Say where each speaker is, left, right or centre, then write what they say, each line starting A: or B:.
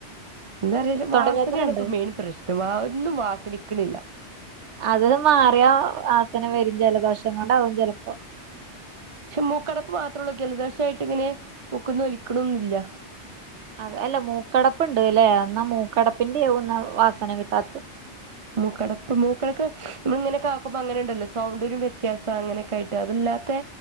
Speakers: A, on the right; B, on the right.
A: എന്താ പറയാ
B: തൊണ്ടവേദന
A: വാസനയാണ്
B: ഉണ്ട്
A: ഇപ്പോ മെയിൻ പ്രശ്നം ഒന്നും വാസനിക്കണില്ല.
B: അത് മാറിയാ വാസന വരും, ജലദോഷം കൊണ്ടാവും ചെലപ്പോ
A: പക്ഷേ മൂക്കടപ്പ് മാത്ര ഉള്ളൂ, ജലദോഷായിട്ടിങ്ങനെ മൂക്കൊന്ന് ഒലിക്കണൊന്നുംല്ല.
B: അതെ അല്ല മൂക്കടപ്പ്ണ്ട് ല്ലേ എന്നാ മൂക്കടപ്പിന്റെയാവും എന്നാ വാസന കിട്ടാത്തെ
A: മൂക്കടപ്പ് മൂക്കടക്ക് നമ്മള് ഇങ്ങനൊക്കെ ആക്കുമ്പോ അങ്ങനെ ഒണ്ടല്ലോ സൗണ്ടരു വ്യത്യാസം അങ്ങനെക്കായിട്ട് അതല്ലാത്തെ